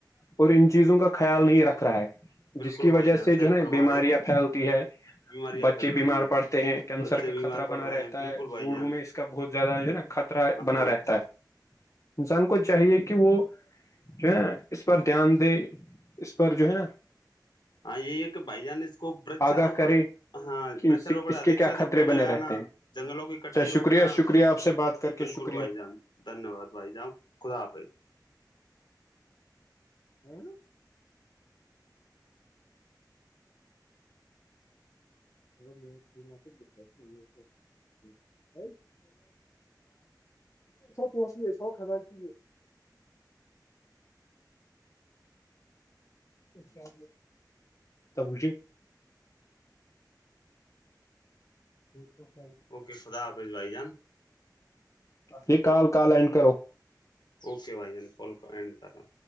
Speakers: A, on the left (about 45°); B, on the left (about 75°).
A: اور ان چیزوں کا خیال نہیں رکھ رہا ہے
B: بالکل
A: جس کی وجہ
B: بھائی جان
A: سے
B: صحیح
A: جو نا
B: فرما
A: بیماریاں
B: رہے ہو
A: پھیلتی ہے
B: بیماریاں
A: بچے
B: پھیل
A: بیمار
B: رہی
A: پڑتے ہیں کینسر
B: بچے
A: کا
B: بیمار
A: خطرہ
B: پڑ
A: بنا
B: رہے
A: رہتا
B: ہیں بالکل
A: ہے
B: بھائی
A: بوڑو
B: جان
A: میں اس کا بہت زیادہ جو ہے ناطر بنا
B: ہاں
A: رہتا ہے انسان کو چاہیے کہ وہ جو ہےا اس پر دھیان دے اس پر جو ہے نا
B: ہاں یہی ہے کہ بھائی جان اس کو ورچاروپڑ
A: آگاہ کرے
B: ہاں
A: کہ
B: ورچاروپڑ
A: اس
B: ادک
A: کے کیا
B: سے ادک
A: خطرے
B: پیڑ لگانا
A: بنے رہتے ہیں
B: جنگلوں کی کٹائی
A: اچھا شکریہ
B: روکنا
A: شکریہ آپ سے بات کر کے
B: بالکل
A: شکریہ
B: بھائی جان دھنیہ واد بھائی جانؤ خدا حافظ
A: نا ا م ب تھو پوس تھو کھانچ ہ کیا بوجے <inaudible> ٹھیک ہے سر
B: اوکے خدا حافظ بھائی جان
A: جی کال کال اینڈ کرو
B: اوکے بھائی جین کال اڈ کر رہا